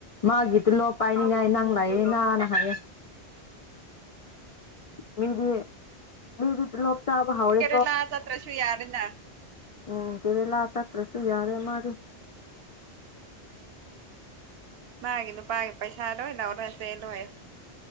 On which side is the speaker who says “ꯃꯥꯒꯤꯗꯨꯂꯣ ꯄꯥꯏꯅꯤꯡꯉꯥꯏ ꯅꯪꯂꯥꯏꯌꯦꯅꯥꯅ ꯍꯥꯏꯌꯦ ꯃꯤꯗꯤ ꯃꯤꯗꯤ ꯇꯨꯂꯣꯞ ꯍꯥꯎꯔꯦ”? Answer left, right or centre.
Left